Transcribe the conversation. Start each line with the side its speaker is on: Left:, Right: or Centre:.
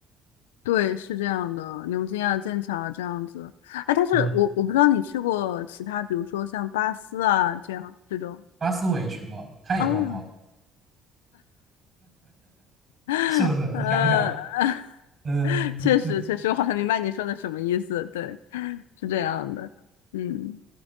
Left: 对，是这样的，牛津啊、剑桥啊这样子。哎，但是我我不知道你去过其他，
Right: 嗯，
Left: 比如说像巴斯啊这样这种
Right: 巴斯我也去过，它也黄黄的
Left: 啊，<laughs>
Right: 是不是？
Left: 呃，
Right: 你想想，
Left: <laughs>
Right: 嗯，
Left: 确实确实，
Right: <laughs>
Left: 我好像明白你说的什么意思。对，是这样的。嗯，